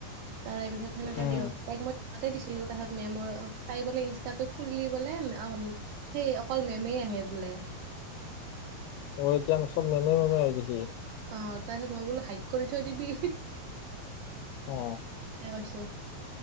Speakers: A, on the right; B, on the left.
A: তাৰ পিছত সেনেকে
B: উম
A: দেও। তাইক মই সহতে দিছিলো। তাহত মেমৰ তাইৰ বোলে ইনছ তাতো খুলি বোলে সেই অকল মেমেই আহে বোলে।
B: অ, এতিয়া চব মেমে-মেমে হৈ গৈছি।
A: অ, তাৰপিছত মই বোলো হাইট কৰি থৈ দিবি। স
B: অ
A: কৈছো।